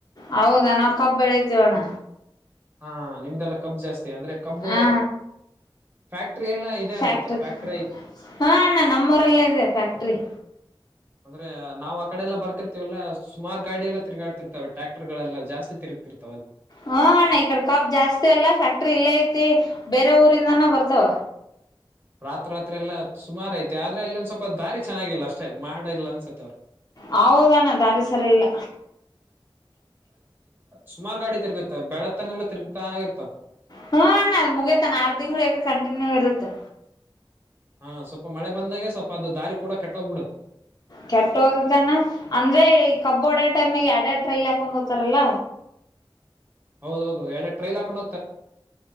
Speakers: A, on the left; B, on the right.
A: ಹೌದಾ ನಾವು ಕಬ್ ಬೆಳತಿೀವಣ್ಣ.
B: ಹಾ ನಿಮ್ದದೆಲ್ಲ ಕಬ್ು ಜಾಸ್ತಿ. ಅಂದ್ರೆ ಕಬ್
A: ಹಾ
B: ್ಯಾಕ್ಟರಿ ಎಲ್ಲ ಇದೆ
A: ಫ್ಯಾಕ್ಟ್ರಿ
B: ಅನ್ಸ ಫ್ಯಾಕ್ಟರಿ ಐ
A: ಹಾ ಅಣ್ಣ ನಮ್ಮೂರಲ್ಲೇ ಇದೆ ಫ್ಯಾಕ್ಟ್ರಿ
B: ಅಂದ್ರೆ ನಾವು ಆ ಕಡೆ ಬರ್ತಿವಲ್ಲ. ರ್ತಿವಲ್ಲ ಸುಮಾರ್ ಗಾಡಿ ಎಲ್ಲ ತಿರುಗಾಡ್ತಿರ್ತವೆ ಟ್ಯಾಕ್ಟರ್ಗಳಲ್ಲ ಜಾ. ತಿ ತಿರುಗ್ತಿರ್ತವೆ
A: ಹಾ ಅಣ್ಣ. ಕಾಬ್ ಜಾಸ್ತಿ ಅಲ್ಲ ಫ್ಯಾಕ್ಟ್ರಿ ಇಲ್ಲೇ ಐತಿ ಬೇರೆ ಊರಿಂದಾನ ಬರ್ತಾವ.
B: ರಾತ್ರಾತ್ರಿ ಎಲ್ಲ ಸುಮಾರ ಐತೆ ಆದ್ರೆ ಅಲ್ಲಿೊಂದ ಸ್ವಲ್ಪ ದಾರಿ ಚೆನ್ನಾಗಿಲ್ಲ ಅಷ್ಟೇ ಮಾಡ ಇಲ್ಲ ಅನ್ಸತ್ತ ಅವ್ರು.
A: ಹೌದಣ್ಣ ದಾರಿ ಸರಿ ಇಲ್ಲ.
B: ಸುಮಾರು ಗಾಡಿ ತಿರುಗತ್ತ ಬೆಳತ್ತನಲ್ಲ ತಿರ್ಗ್ತಾ ಇರ್ತಾವ.
A: ಹ್ಮ ಅಣ್ಣ ಅದು ಮುಗಿಯೋತನ ಆರು ತಿಂಗಳ ಕಂಟಿನ್ಯೂ ಇರುತ್ತಾ.
B: ಹಾ ಸ್ವಲ್ಪ ಮಳೆ ಬಂದಾಗೆ ಸ್ವಲ್ಪ. ಅದು ದಾರಿ ಕೂಡ ಕೆಟ್ಟೋಗ್ಬಿಡುತ್ತೆ
A: ಕೆಟ್ಟ ಹೋದದನ ಅಂದ್ರೆ ಈ ಕಬೋಡ. ಟೈಮಗೆ ಎಡೆ ಎರಡು ್ರೈಲ್ ಹಾಕೊಂಡ್ ಹೋಗತಾರಲ್ಲ.
B: ಹೌದೌದು ಎರ ಟ್ರೈಲ್ ಹಾಕೊಂಡ.